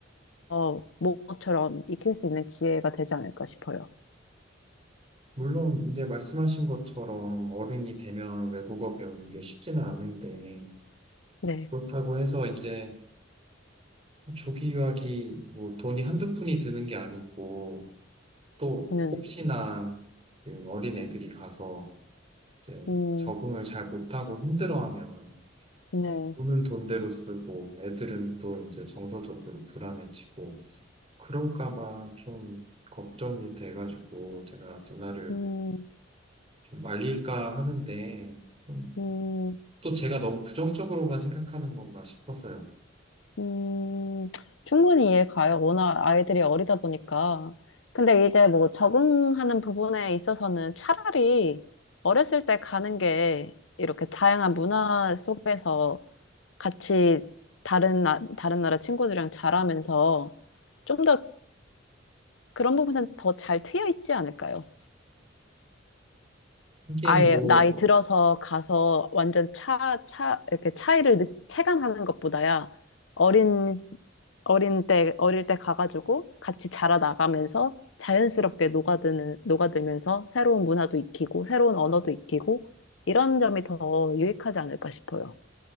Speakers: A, on the left; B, on the right.
A: 어, 모처럼 익힐 수 있는 기회가 되지 않을까 싶어요.
B: 물론 이제 말씀하신 것처럼 어른이 되면 외국어 배우는 게 쉽지는 않은데
A: 네,
B: 그렇다고 해서 이제 조기 유학이 뭐 돈이 한두 푼이 드는 게 아니고 또
A: 네,
B: 혹시나 그 어린 애들이 가서 이제
A: 음,
B: 적응을 잘 못하고 힘들어하면
A: 네,
B: 돈은 돈대로 쓰고 애들은 또 이제 정서적으로 불안해지고 그럴까 봐 좀 걱정이 돼가지고 제가 누나를
A: 음,
B: 좀 말릴까 하는데 음,
A: 음,
B: 또 제가 너무 부정적으로만 생각하는 건가 싶었어요.
A: 음, 충분히 이해 가요. 워낙 아이들이 어리다 보니까. 근데 이제 뭐 적응하는 부분에 있어서는 차라리 어렸을 때 가는 게 이렇게 다양한 문화 속에서 같이 다른, 나, 다른 나라 친구들이랑 자라면서 좀 더 그런 부분은 더 잘 트여 있지 않을까요?
B: 하긴
A: 아예
B: 뭐,
A: 나이 들어서 가서 완전 차, 차, 이렇게 차이를 느, 체감하는 것보다야 어린, 어린 때, 어릴 때 가가지고 같이 자라나가면서 자연스럽게 녹아드는, 녹아들면서 새로운 문화도 익히고 새로운 언어도 익히고 이런 점이 더 유익하지 않을까 싶어요.